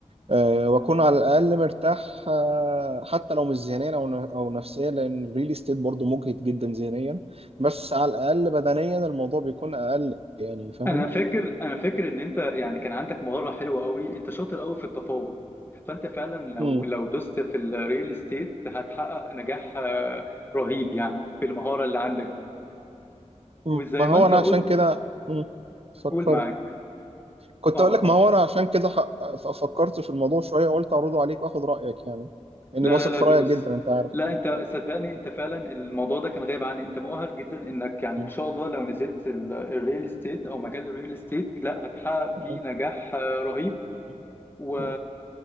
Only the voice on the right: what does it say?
آه، واكون على الاقل مرتاح آه، حتى لو مش ذهنيا او او نفسيا لان الريل استيت برضه مجهد جدا ذهنيا بس على الاقل بدنيا الموضوع بيكون اقل يعني فاهم
مم.
مم. ما هو
انا
عشان كده مم. فكرت
كنت
اقول لك
ما هو انا عشان كده ح- ف- فكرت في الموضوع شويه وقلت اعرضه عليك واخد رايك يعني اني
بثق
في
رايك جدا انت عارف
مم.
مم.
مم.
مم.